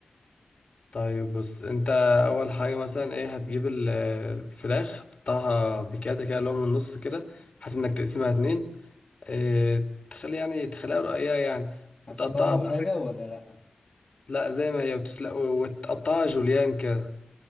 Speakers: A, on the left; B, on the left.
A: طيب بص انت اول حاجه مثلا ايه هتجيب ال- الفراخ تقطعها بكده كده اللي هو من النص كده بحيث انك تقسمها اتنين اه تخلي يعني تخليها رقيقه يعني
B: هسلقها
A: وتقطعها
B: او
A: بقى
B: حاجة
A: حاجة-
B: ولا لأ
A: لا زي ما هي وتسلق وتقطعها جوليان كده